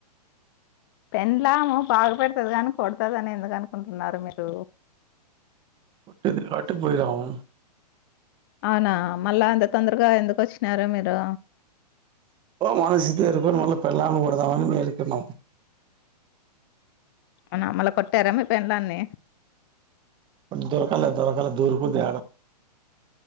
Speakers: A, on the left (about 35°); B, on the right (about 20°).
A: పెళ్ళాము బాగు పెడతది గాని కొడతుది అని ఎందుకు అనుకుంటున్నారు మీరు
B: కుట్ది కాటి పోయిదం
A: అవునా మళ్ళా అంత తొందరగా ఎందుకు వచ్చినారు మీరు
B: మనసుతే ఎకు నల పెళ్ళాం కూడాడదామ మకన్నాం
A: అన్న మల్ల కొట్టారా మీ పెళ్ళాన్ని
B: దరకాల దరకాల దూరకుది